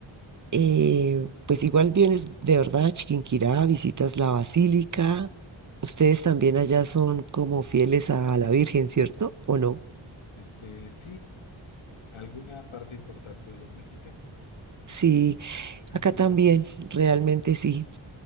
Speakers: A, on the right; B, on the left.
A: eh, pues igual vienes de verdad a Chiquinquirá, visitas la basílica. Ustedes también allá son como fieles a la Virgen, ¿cierto? ¿O no?
B: este, sí, alguna parte importante de los mexicanos.
A: Sí,
B: <laughs>
A: acá también, realmente sí.